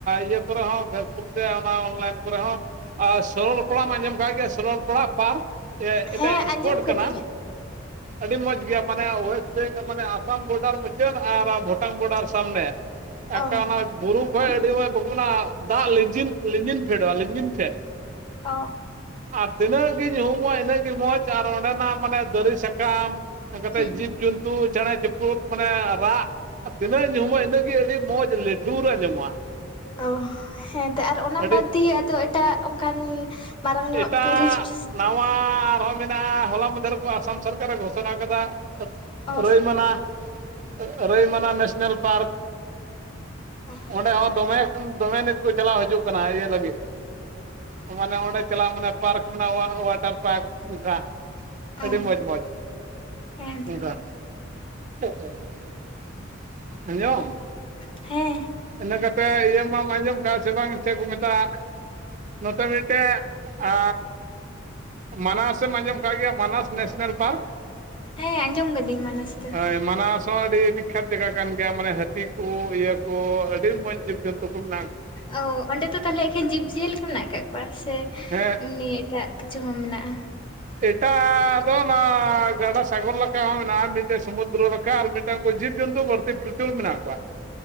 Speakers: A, on the right; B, on the left.
A: ᱤᱭᱟᱹ ᱠᱚᱨᱮ ᱦᱚᱸ ᱯᱷᱮᱥᱵᱩᱠ ᱥᱮ ᱚᱱᱟ ᱚᱱᱞᱟᱭᱤᱱ ᱠᱚᱨᱮ ᱦᱚᱸ ᱟᱨ ᱥᱚᱨᱚᱞ ᱯᱟᱲᱟᱢ ᱟᱸᱡᱚᱢ ᱠᱟᱜ ᱜᱮᱭᱟ ᱥᱚᱨᱚᱞ ᱯᱟᱲᱟ ᱯᱟᱨᱠ ᱪᱮᱫ ᱮᱛᱮ
B: ᱦᱮᱸ
A: ᱥᱯᱳᱴ
B: ᱟᱸᱡᱚᱢ
A: ᱠᱟᱱᱟ
B: ᱠᱟᱹᱫᱟᱹᱧ
A: ᱟᱹᱰᱤ ᱢᱚᱸᱡᱽ ᱜᱮᱭᱟ ᱢᱟᱱᱮ ᱚᱭᱮᱥᱴ ᱵᱮᱝᱜᱚᱞ ᱢᱟᱱᱮ ᱟᱥᱟᱢ ᱵᱳᱰᱟᱨ ᱢᱩᱪᱟᱹᱫᱽ ᱟᱨ ᱵᱷᱩᱴᱟᱱ ᱵᱳᱰᱟᱨ ᱥᱟᱵᱢᱮ ᱮᱴᱟᱜ
B: ᱚ
A: ᱟᱱᱟᱴ ᱵᱩᱨᱩ ᱠᱷᱚᱡ ᱟᱹᱰᱤ ᱢᱚᱸᱡᱽ ᱵᱟᱠᱚ ᱢᱮᱱᱟ ᱫᱟᱜ ᱞᱤᱸᱡᱤᱱ ᱞᱤᱸᱡᱤᱱ ᱯᱷᱮᱰᱚᱜᱼᱟ ᱞᱤᱸᱡᱤᱱ ᱯᱷᱮᱰ
B: ᱚ
A: ᱟᱨ ᱛᱤᱱᱟᱹᱜ ᱜᱤ ᱧᱩᱦᱩᱢᱚᱜᱼᱟ ᱤᱱᱟᱹᱜ ᱜᱮ ᱢᱚᱡᱽ ᱟᱨ ᱚᱸᱰᱮᱱᱟᱜ ᱢᱟᱱᱮ ᱫᱟᱨᱤ ᱥᱟᱠᱟᱢ ᱚᱱᱠᱟᱛᱮ
B: ᱦᱩᱸ
A: ᱡᱤᱵᱽᱼᱡᱚᱱᱛᱩ ᱪᱮᱬᱮ ᱪᱤᱯᱨᱩᱫ ᱢᱟᱱᱮ ᱨᱟᱜ ᱛᱤᱱᱟᱹᱜ ᱧᱩᱦᱩᱢᱚᱜᱼᱟ ᱤᱱᱟᱹᱜ ᱜᱮ ᱟᱹᱰᱤ ᱢᱚᱸᱡᱽ ᱞᱤᱴᱷᱩᱨ ᱟᱸᱡᱚᱢᱚᱜᱼᱟ
B: ᱚ ᱦᱮᱸᱛᱚ ᱟᱨ ᱚᱱᱟ
A: ᱟᱹᱰᱤ
B: ᱵᱟᱫᱽ ᱫᱤᱭᱮ ᱟᱫᱚ ᱮᱴᱟᱜ ᱚᱱᱠᱟᱱ ᱢᱟᱨᱟᱝ ᱧᱚᱜ
A: ᱮᱴᱟᱜ
B: ᱴᱩᱨᱤᱥᱴ
A: ᱱᱟᱣᱟ ᱟᱨᱦᱚᱸ ᱢᱮᱱᱟᱜᱼᱟ ᱦᱚᱞᱟ ᱢᱟᱫᱷᱮᱨ ᱨᱮᱠᱚ ᱟᱥᱟᱢ ᱥᱚᱨᱠᱟᱨᱮ ᱜᱷᱳᱥᱚᱱᱟ ᱠᱟᱫᱟ
B: ᱚ
A: ᱨᱟᱹᱭ ᱢᱟᱱᱟ ᱨᱟᱹᱭ ᱢᱟᱱᱟ ᱱᱮᱥᱱᱮᱞ ᱯᱟᱨᱠ
B: ᱚ
A: ᱚᱸᱰᱮ ᱦᱚᱸ ᱫᱚᱢᱮ ᱫᱚᱢᱮ ᱱᱤᱛ ᱠᱚ ᱪᱟᱞᱟᱣ ᱦᱤᱡᱩᱜ ᱠᱟᱱᱟ ᱤᱭᱟᱹ ᱞᱟᱹᱜᱤᱫ ᱢᱟᱱᱮ ᱚᱸᱰᱮ ᱪᱟᱞᱟᱜ ᱢᱟᱱᱮ ᱯᱟᱨᱠ ᱢᱮᱱᱟᱜᱼᱟ ᱚᱣᱟᱴᱟᱨ ᱯᱟᱨᱠ ᱚᱱᱠᱟ᱾ ᱟᱹᱰᱤ
B: ᱚ
A: ᱢᱚᱡᱽ ᱢᱚᱡᱽ
B: ᱦᱮᱸ ᱛᱚ
A: ᱚᱱᱠᱟ᱾ <unintelligible> ᱟᱸᱡᱚᱢ,
B: ᱦᱮᱸ᱾
A: ᱤᱱᱟᱹ ᱠᱟᱛᱮᱫ ᱤᱭᱟᱹ ᱢᱟᱢ ᱟᱸᱡᱚᱢ ᱠᱟᱜᱼᱟ ᱥᱮ ᱵᱟᱝ ᱪᱮᱫ ᱠᱚ ᱢᱮᱛᱟᱜᱼᱟ ᱱᱚᱛᱮ ᱢᱤᱫᱴᱮᱡ ᱟ ᱢᱟᱱᱟᱥ ᱮᱢ ᱟᱸᱡᱚᱢ ᱟᱠᱟᱫ ᱜᱮᱭᱟ ᱢᱟᱱᱟᱥ ᱱᱮᱥᱱᱮᱞ ᱯᱟᱨᱠ᱾
B: ᱦᱮᱸ ᱟᱸᱡᱚᱢ ᱠᱟᱹᱫᱤᱧ ᱢᱟᱱᱟᱥ ᱫᱚ᱾
A: ᱦᱳᱭ ᱢᱟᱱᱟᱥ ᱦᱚᱸ ᱟᱹᱰᱤ ᱵᱤᱠᱠᱷᱟᱛ ᱡᱟᱭᱜᱟ ᱠᱟᱱ ᱜᱮᱭᱟ ᱢᱟᱱᱮ ᱦᱟᱹᱛᱤ ᱠᱚ ᱤᱭᱟᱹ ᱠᱚ ᱟᱹᱰᱤ ᱢᱚᱸᱡᱽ ᱡᱤᱵᱽᱼᱡᱚᱱᱛᱩ <unintelligible>
B: ᱚ ᱚᱸᱰᱮ ᱫᱚ ᱛᱟᱦᱚᱞᱮ ᱮᱠᱮᱱ ᱡᱤᱵᱽ ᱡᱤᱭᱟᱹᱞᱤ ᱠᱚ ᱢᱮᱱᱟᱜ ᱟᱠᱟᱫ ᱠᱚᱣᱟ ᱥᱮ
A: ᱦᱮᱸ,
B: ᱮᱢᱱᱤ ᱮᱴᱟᱜ ᱠᱤᱪᱷᱩ ᱦᱚᱸ ᱢᱮᱱᱟᱜᱼᱟ᱾
A: ᱮᱴᱟᱜ ᱫᱚ ᱱᱚᱣᱟ ᱜᱟᱰᱟ ᱥᱟᱜᱚᱨ ᱞᱮᱠᱟ ᱦᱚᱸ ᱢᱮᱱᱟᱜᱼᱟ ᱢᱤᱫᱴᱮᱱ ᱥᱩᱢᱩᱫᱨᱚ ᱞᱮᱠᱟ᱾ ᱠᱟ- ᱢᱤᱫᱴᱟᱝ ᱠᱚ ᱡᱤᱵᱽᱼᱡᱚᱱᱛᱩ ᱵᱟᱹᱲᱛᱤ ᱯᱨᱚᱪᱚᱞᱚᱱ ᱢᱮᱱᱟᱜ ᱠᱚᱣᱟ᱾